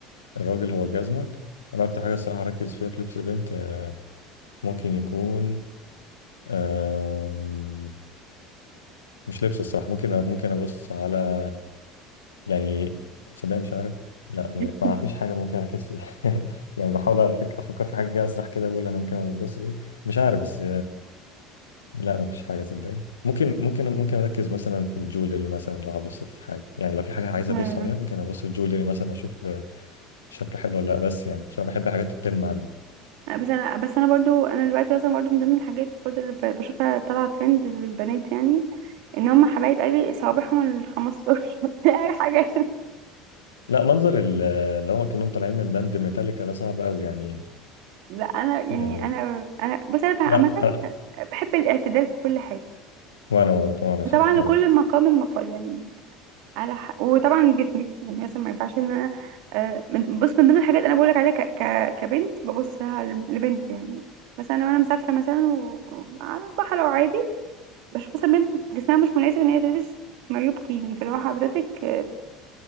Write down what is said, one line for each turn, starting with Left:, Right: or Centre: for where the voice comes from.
Left: الراجل هو الجزمه انا اكتر حاجه الصراحه اركز فيها في لبس البنت آه، ممكن يكون آم، مش لبس الصراحه ممكن أ- ممكن ابص على يعني صدق مش عارف لا م-
Right: <laughs>
Left: ما فيش حاجه ممكن اركز فيها <laughs> يعني بحاول أفك- افكر في حاجه كده اسرح كده اقول انا ممكن ابص في إيه. مش عارف بس لا مفيش حاجة صدقني ممكن ممكن ممكن أركز مثلا في الجولري مثلا لو هبص في حاجة يعني لو في حاجة عايز
Right: مم.
Left: أبص عليها ممكن أبص في الجولري مثلا أشوف شكله حلو ولا لأ بس يعني عشان بحب الحاجات التلمع دي
Right: بس انا بس انا برضو انا دلوقتي مثلا برضو من ضمن الحاجات برضو اللي ب- بشوفها طالعه ترند للبنات يعني ان هم حبايب قلبي صوابعهم ال 15 يعني <laughs> حاجه
Left: لا منظر ال- اللي هو كأنهم طالعين من باند ميتاليكا ده صعب أوي يعني
Right: لا انا يعني
Left: يعني
Right: انا انا بص انا بقى
Left: لا أنا
Right: بحب الاعتدال في كل حاجة
Left: وأنا برضه أنا
Right: وطبعا
Left: شايف كده
Right: لكل مقام مقال يعني على ح... وطبعا جسمي يعني مثلا ما ينفعش ان انا آه، من- بص من ضمن الحاجات انا بقولك عليها ك... ك... كبنت ببص لها ل- لبنت يعني مثلا لو انا مسافرة مثلا و... على البحر او عادي بشوف مثلا بنت جسمها مش مناسب ان هي تلبس مايو بكيني فلو حضرتك آه،